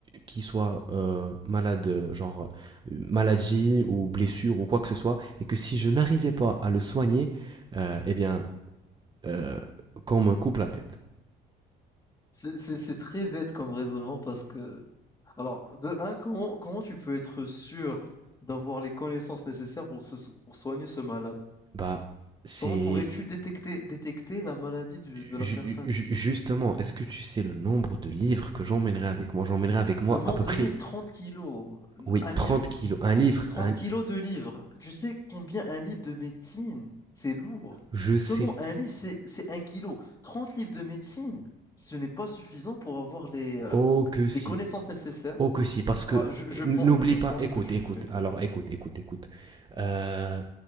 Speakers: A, on the right; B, on the left.
A: qui soit euh, malade, euh, genre euh, maladie ou blessure ou quoi que ce soit, et que si je n'arrivais pas à le soigner, euh, eh bien, euh, qu'on me coupe la tête.
B: c'est c'est- c'est très bête comme raisonnement parce que Alors, de un, comment, comment tu peux être sûr d'avoir les connaissances nécessaires pour, se, so- pour soigner ce malade?
A: Bah, c'est
B: Comment pourrais-tu détecter, détecter la maladie du- de
A: Ju-
B: la personne?
A: ju- Justement, est-ce que tu sais le nombre de livres que j'emmènerai avec moi J'emmènerai avec
B: Demande
A: moi à peu
B: de
A: près,
B: livres, 30 kilos,
A: oui,
B: un livre,
A: 30 kilos. Un livre,
B: 30
A: un...
B: kilos de livres. Tu sais combien un livre de médecine, c'est lourd.
A: je sais.
B: Seulement un livre, c'est, c'est un kilo. 30 livres de médecine, ce n'est pas suffisant pour avoir les,
A: Oh
B: euh,
A: que si.
B: les connaissances nécessaires
A: Oh que si, parce que
B: Ah, je, je
A: n'oublie
B: pense, je
A: pas,
B: pense
A: écoute,
B: que tu
A: écoute,
B: ne fais que...
A: alors écoute, écoute, écoute. Euh,